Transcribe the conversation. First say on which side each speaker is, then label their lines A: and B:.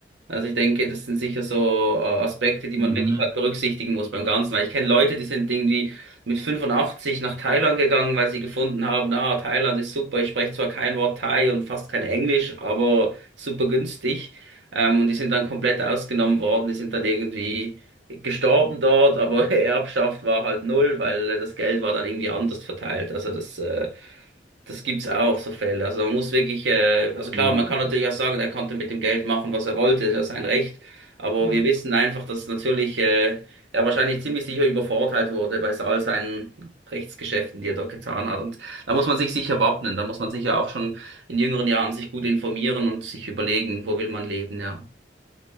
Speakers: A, on the right; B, on the right.
A: Also ich denke, das sind sicher so äh, Aspekte, die
B: Mhm.
A: man wirklich halt berücksichtigen muss beim Ganzen. Weil ich kenne Leute, die sind irgendwie mit 85 nach Thailand gegangen, weil sie gefunden haben, ah, Thailand ist super, ich spreche zwar kein Wort Thai und fast kein Englisch, aber super günstig. Ähm, und die sind dann komplett ausgenommen worden, die sind dann irgendwie gestorben dort, aber <laughs> Erbschaft war halt null, weil äh, das Geld war dann irgendwie anders verteilt. Also das, äh, das gibt's auch, so Fälle. Also man muss wirklich, äh, also klar,
B: Mhm.
A: man kann natürlich auch sagen, er konnte mit dem Geld machen, was er wollte, das ist ja sein Recht. Aber
B: Ja.
A: wir wissen einfach, dass natürlich äh, er wahrscheinlich ziemlich sicher übervorteilt wurde bei all seinen Rechtsgeschäften, die er dort getan hat. Und da muss man sich sicher wappnen, da muss man sicher auch schon in jüngeren Jahren sich gut informieren und sich überlegen, wo will man leben, ja.